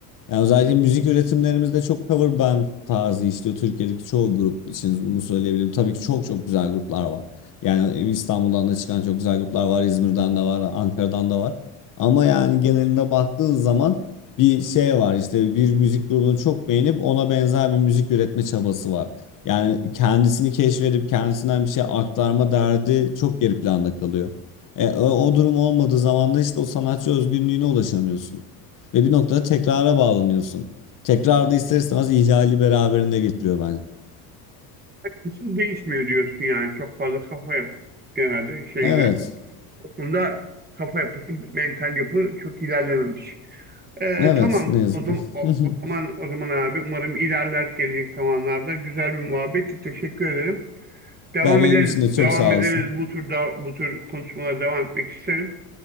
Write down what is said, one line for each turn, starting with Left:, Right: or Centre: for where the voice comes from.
Left: Yani özellikle müzik üretimlerimizde çok cover band tarzı işliyor. Türkiye'deki çoğu grup için bunu söyleyebilirim. Tabii ki çok çok güzel gruplar var. Yani İstanbul'dan da çıkan çok güzel gruplar var. İzmir'den de var, Ankara'dan da var. Ama yani geneline baktığın zaman bir şey var. İşte bir müzik grubunu çok beğenip ona benzer bir müzik üretme çabası var. Yani kendisini keşfedip kendisinden bir şey aktarma derdi çok geri planda kalıyor. E, o, o durum olmadığı zaman da işte o sanatçı özgünlüğüne ulaşamıyorsun. Ve bir noktada tekrara bağlanıyorsun. Tekrar da ister istemez ihlali beraberinde getiriyor bence.
Right: Hiçbir değişmiyor diyorsun yani. Çok fazla kafa yap. Genelde şeyden.
Left: Evet.
Right: O konuda kafa yapısı, mental yapı çok ilerlememiş. E,
Left: Evet
Right: tamam.
Left: ne yazık
Right: O zaman
Left: ki.
Right: o,
Left: <laughs>
Right: o zaman o zaman abi umarım ilerler gelecek zamanlarda. Güzel bir muhabbetti. Teşekkür ederim. Devam
Left: Ben benim
Right: ederiz.
Left: için de çok
Right: Devam
Left: sağ
Right: ederiz.
Left: olasın.
Right: Bu tür da, bu tür konuşmalara devam etmek isterim.